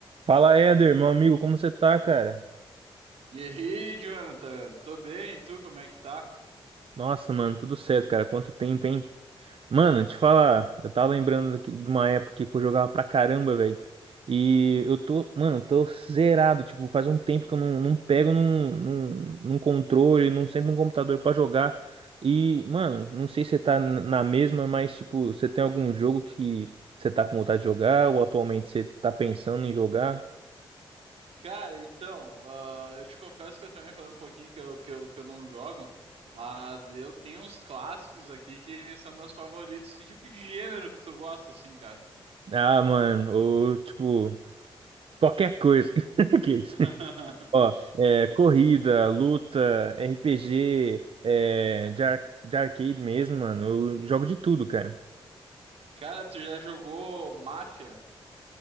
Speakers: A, on the right; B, on the right.
A: Fala, Éder, meu amigo, como você tá, cara?
B: E aí, Jonathan? Tô bem, e tu como é que tá?
A: Nossa, mano, tudo certo, cara. Quanto tempo, hein? Mano, te falar, eu tava lembrando aqui de uma época que eu jogava pra caramba, velho. E eu tô, mano, tô zerado. Tipo, faz um tempo que eu não, não pego num, num, num controle, não sempre num computador pra jogar. E, mano, não sei se você tá n- na mesma, mas, tipo, você tem algum jogo que você tá com vontade de jogar ou atualmente você tá pensando em jogar?
B: Cara, então, ah, eu te confesso que eu também falei um pouquinho que eu, que eu, que eu não jogo, mas eu tenho uns clássicos aqui que são meus favoritos. Que tipo de gênero que tu gosta, assim, cara?
A: Ah, mano, ou, tipo, qualquer coisa. <laughs> Aqueles.
B: <laughs>
A: Ó, é, corrida, luta, RPG, é, de, ar- de arcade mesmo, mano. Eu jogo de tudo, cara.
B: Cara, tu já jogou Mafia?